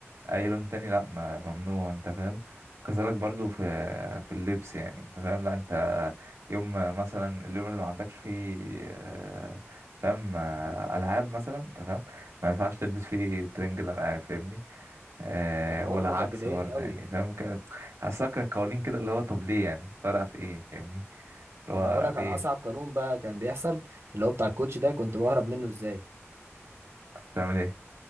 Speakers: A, on the right; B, on the right.
A: اي لون تاني لا ما- ممنوع انت فاهم كذلك برضو في في اللبس يعني انت فاهم لا انت يوم مثلا اليوم اللي ما عندكش فيه آه، فاهم آه، العاب مثلا انت فاهم ما ينفعش تلبس فيه ترنج الالعاب فاهمني آه
B: الحوار
A: والعكس
B: ده كان بيضايقني
A: برضه
B: قوي
A: يعني فاهم كده حاسسها كان قوانين كده اللي هو طب ليه يعني فرق في ايه فاهمني اللي
B: ده
A: هو
B: انا هقول لك
A: ليه
B: على اصعب قانون بقى كان بيحصل اللي هو بتاع الكوتش ده كنت بهرب منه ازاي
A: بتعمل ايه